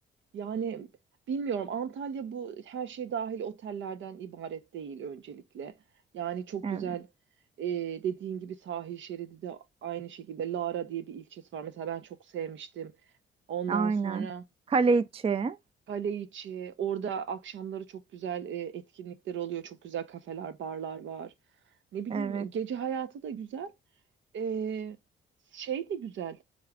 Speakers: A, on the right (about 70°); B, on the right (about 30°).
A: Yani bilmiyorum Antalya bu her şey dahil otellerden ibaret değil öncelikle. Yani çok
B: Evet,
A: güzel e, dediğin gibi sahil şeridi de aynı şekilde Lara diye bir ilçesi var. Mesela ben çok sevmiştim. Ondan
B: aynen.
A: sonra
B: Kale içi.
A: Kaleiçi orada akşamları çok güzel e, etkinlikler oluyor. Çok güzel kafeler, barlar var. Ne bileyim
B: Evet.
A: gece hayatı da güzel. E, şey de güzel